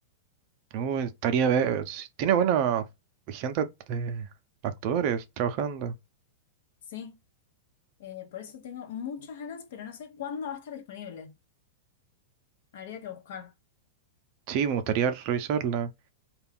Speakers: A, on the right; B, on the left.
A: Uh, estaría, ver, si tiene buena gente de actores trabajando.
B: sí. Eh, por eso tengo muchas ganas, pero no sé cuándo va a estar disponible. Habría que buscar.
A: Sí, me gustaría revisarla.